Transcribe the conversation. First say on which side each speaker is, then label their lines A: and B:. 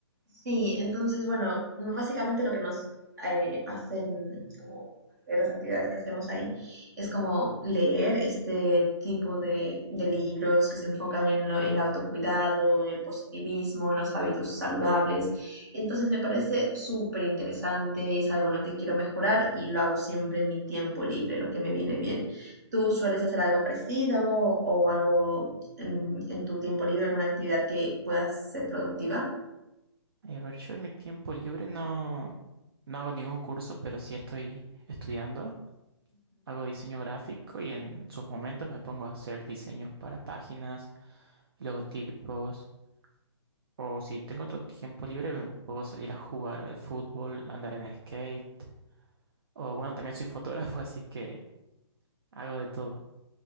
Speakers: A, on the right (about 35°); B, on the right (about 55°).
A: Sí, entonces, bueno, básicamente lo que nos eh, hacen, como de las actividades que hacemos ahí, es como leer este tipo de, de libros que se enfocan en lo- en el autocuidado, en el positivismo, en los hábitos saludables. Entonces me parece súper interesante y es algo en lo que quiero mejorar y lo hago siempre en mi tiempo libre, lo que me viene bien. ¿Tú sueles hacer algo parecido o algo en, en tu tiempo libre, alguna actividad que pueda ser productiva?
B: Eh, a ver, yo en mi tiempo libre no, no hago ningún curso, pero sí estoy estudiando. Hago diseño gráfico y en sus momentos me pongo a hacer diseños para páginas, logotipos, o si tengo otro tiempo libre me puedo salir a jugar al fútbol, andar en skate, o bueno, también soy fotógrafo, <laughs> así que hago de todo.